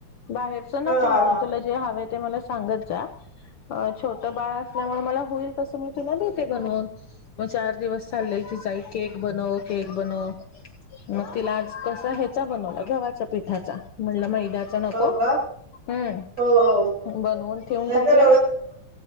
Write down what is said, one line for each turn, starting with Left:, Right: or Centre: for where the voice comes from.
Left: बाहेरच
Right: हा
Left: नको
Right: हा
Left: आणू तुला जे हवे ते मला सांगत जा अ छोटं बाळ असल्यामुळे मला होईल तसं मी तुला देते बनवून. मग चार दिवस चाललेल तिचा आई केक बनव केक बनव मग तिला आज कसा ह्याचा बनवला गव्हाच्या पिठाचा म्हणलं मैदा चा नको
Right: हो का
Left: हम्म.
Right: हो हो हो हो
Left: बनवून ठेवून
Right: नाहीतर
Left: टाकला